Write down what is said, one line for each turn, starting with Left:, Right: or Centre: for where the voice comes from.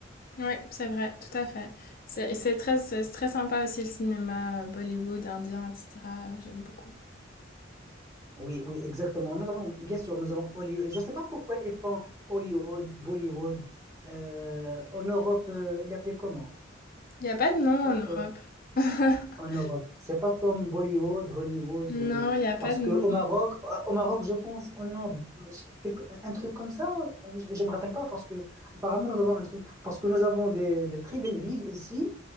Left: Oui, c'est vrai, tout à fait. C'est et c'est très, c'est très sympa aussi le cinéma euh, Bollywood, indien, etc. J'aime beaucoup.
Right: Oui, oui, exactement. Nous avons, bien sûr, nous avons Hollywood. Je ne sais pas pourquoi ils font Hollywood, Bollywood. Euh, en Europe, euh, il appelait comment?
Left: Il n'y a pas de nom
Right: O-
Left: en Europe.
Right: o-
Left: <laughs>
Right: en Europe. C'est pas comme Bollywood, Hollywood.
Left: Non,
Right: euh,
Left: il n'y a pas
Right: parce
Left: de
Right: que
Left: nom.
Right: au Maroc, euh, au Maroc, je pense, on a quelque- un truc comme ça. Je, je me rappelle pas parce que apparemment nous avons un truc. Parce que nous avons des, des très belles villes ici